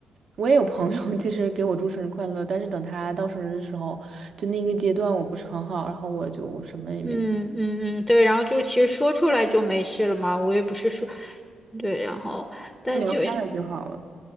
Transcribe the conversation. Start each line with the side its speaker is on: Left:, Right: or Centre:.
Right: 我也有朋友 <laughs>，其实给我祝生日快乐，但是等他到生日的时候，就那个阶段我不是很好，然后我就什么也没做，
Centre: 嗯嗯嗯，对，然后就其实说出来就没事了嘛，我也不是说，对，然后。但就
Right: 看着就好了。